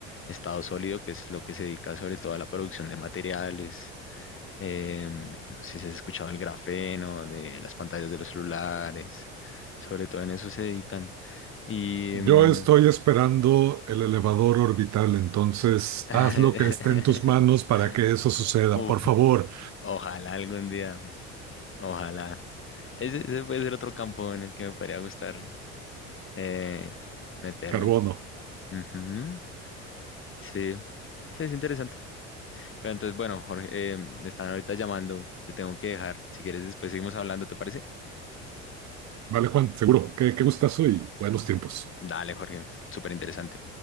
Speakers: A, on the left (about 35°); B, on the right (about 55°).
A: Estado Sólido, que es lo que se dedica sobre todo a la producción de materiales. eh, no sé si has escuchado el grafeno, de las pantallas de los celulares, sobre todo en eso se dedican. Y,
B: Yo
A: mm,
B: estoy esperando el elevador orbital, entonces
A: <laughs>
B: haz lo que esté en tus manos para que eso suceda.
A: Uf,
B: Por favor,
A: ojalá algún día, ojalá. Ese, ese puede ser otro campo en el que me podría gustar eh, meterme.
B: carbono.
A: Ujú, Sí, sí, es interesante. Pero entonces, bueno, Jorge, eh, me están ahorita llamando, te tengo que dejar. Si quieres, después seguimos hablando, ¿te parece?
B: Vale, Juan, seguro. Qué, qué gustazo y buenos tiempos.
A: Dale, Jorge, súper interesante.